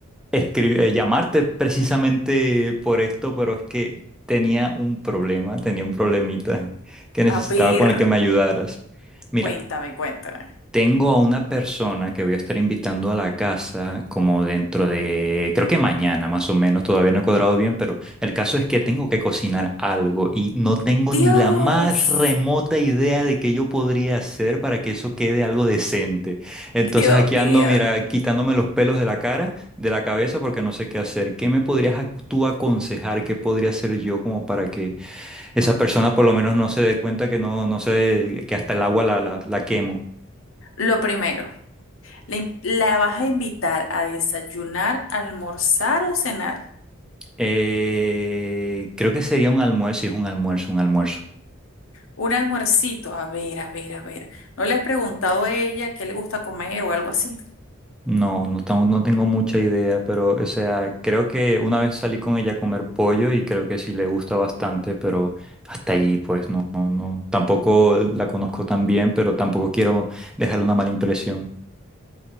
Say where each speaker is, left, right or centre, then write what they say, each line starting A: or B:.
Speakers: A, in the centre; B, on the left (about 75°).
A: escribir, eh, llamarte precisamente por esto, pero es que tenía un problema, tenía un problemita que necesitaba
B: A ver,
A: con el que me ayudaras. Mira.
B: cuéntame, cuéntame.
A: Tengo a una persona que voy a estar invitando a la casa como dentro de, creo que mañana más o menos, todavía no he cuadrado bien, pero el caso es que tengo que cocinar algo y no tengo
B: Dios,
A: ni la más remota idea de qué yo podría hacer para que eso quede algo decente. Entonces
B: Dios
A: aquí
B: mío.
A: ando, mira, quitándome los pelos de la cara, de la cabeza, porque no sé qué hacer. ¿Qué me podrías ac- tú aconsejar? ¿Qué podría hacer yo como para que esa persona por lo menos no se dé cuenta que no, no sé, que hasta el agua la, la la quemo?
B: Lo primero, ¿le- ¿la vas a invitar a desayunar, almorzar o cenar?
A: Eh, creo que sería un almuerzo, sí, es un almuerzo, un almuerzo.
B: Un almuercito, a ver, a ver, a ver. ¿No le has preguntado a ella qué le gusta comer o algo así?
A: No, no tengo, no tengo mucha idea, pero, o sea, creo que una vez salí con ella a comer pollo y creo que sí le gusta bastante, pero hasta ahí, pues, no, no, no. Tampoco la conozco tan bien, pero tampoco quiero dejarle una mala impresión.